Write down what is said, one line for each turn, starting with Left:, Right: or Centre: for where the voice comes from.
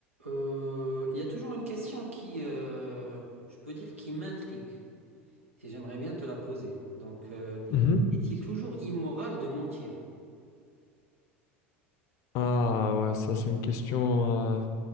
Right: Euh, Il y a toujours une question qui, euh, je peux dire, qui m'intrigue et j'aimerais bien te la poser. Donc, euh,
Left: Mhm.
Right: est-il toujours immoral de mentir?
Left: Ah ouais, ça c'est une question, euh,